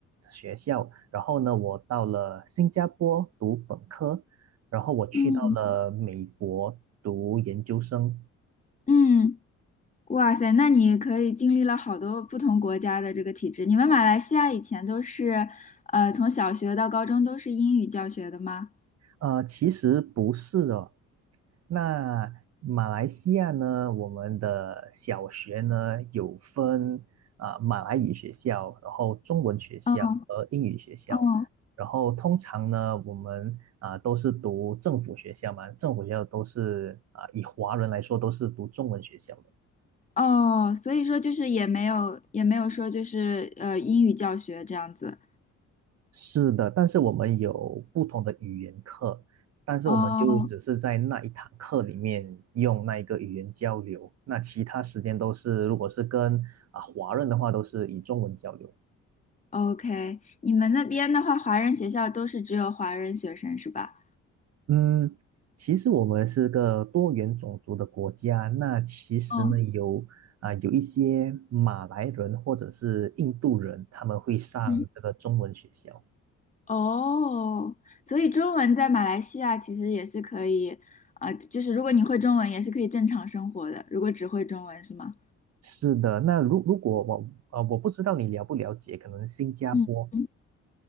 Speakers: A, on the right; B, on the left.
A: 学校。然后呢，我到了新加坡读本科，然后我去到了美国读研究生。
B: 嗯嗯，哇塞，那你可以经历了好多不同国家的这个体制。你们马来西亚以前都是呃从小学到高中都是英语教学的吗？
A: 呃，其实不是的，那马来西亚呢，我们的小学呢有分啊、马来语学校，然后中文学校和英语学校，
B: 嗯嗯
A: 然后通常呢我们啊、都是读政府学校嘛，政府学校都是啊、以华人来说都是读中文学校的。
B: 哦，所以说就是也没有也没有说就是呃英语教学这样子。
A: 是的，但是我们有不同的语言课，但是我们就只是在那一堂课里面用那一个语言交流，
B: 哦
A: 那其他时间都是，如果是跟啊华人的话，都是以中文交流。
B: OK，你们那边的话，华人学校都是只有华人学生是吧？
A: 嗯，其实我们是个多元种族的国家，那其实呢有啊有一些马来人或者是印度人，
B: 嗯
A: 他们会上这个中文学校。
B: 嗯，哦，所以中文在马来西亚其实也是可以，啊、就是如果你会中文，也是可以正常生活的。如果只会中文是吗？
A: 是的，那如如果我啊、呃我不知道你了不了解，可能新加坡。
B: 嗯嗯，